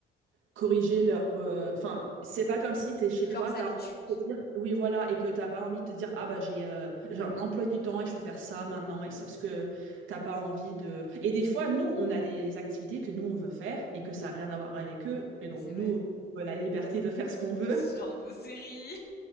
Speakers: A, on the right (about 80°); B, on the left (about 50°).
A: corriger leur... euh, Enfin, c'est pas comme si tu es chez
B: Leurs
A: toi, tu
B: habitudes,
A: dire- oui, voilà, et que t'as pas envie de te dire, ah bah j'ai euh, j'ai un emploi du temps et je peux faire ça maintenant et ça parce que t'as pas envie de. Et des fois, nous, on a des activités que nous on veut faire et que ça n'a rien à voir avec eux. Et donc,
B: c'est
A: nous,
B: vrai.
A: on a la liberté de faire ce qu'on
B: <laughs>
A: veut,
B: Genre nos séries.